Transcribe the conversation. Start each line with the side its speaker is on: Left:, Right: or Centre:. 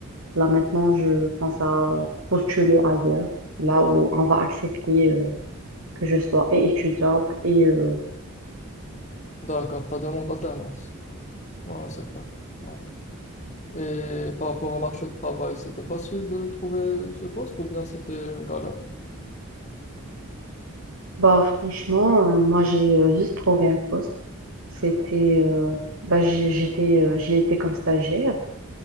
Right: là maintenant, je pense à postuler ailleurs, là où on va accepter euh, que je sois et étudiante. Et euh,
Left: D'accord, ta demande d'alternance. Ouais, ouais, c'est clair. Ouais. ouais. Et par rapport au marché de travail, c'était facile de trouver ce poste ou bien c'était une galère?
Right: bah franchement, euh, moi j'ai euh, juste trouvé un poste. C'était, euh, bah j'ai- j'étais, euh, j'y étais comme stagiaire.